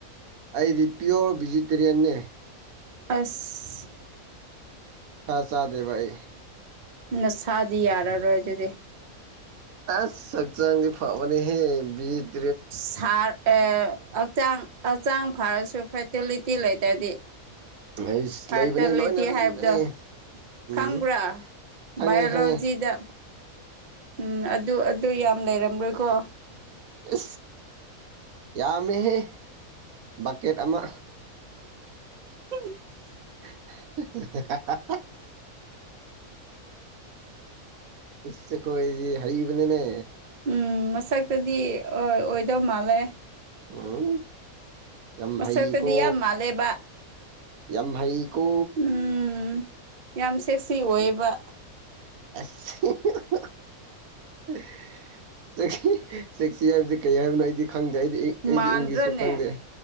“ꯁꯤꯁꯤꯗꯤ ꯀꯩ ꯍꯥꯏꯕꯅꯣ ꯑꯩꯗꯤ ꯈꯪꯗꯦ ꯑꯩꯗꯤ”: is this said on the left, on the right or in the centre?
Right